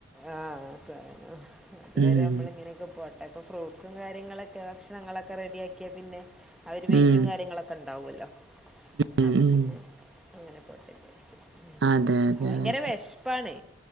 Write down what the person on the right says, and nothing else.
മ്മ്.
മ്മ്.
മ്മ്.
മ്മ്.
അതെ, അതെ,
അതെ.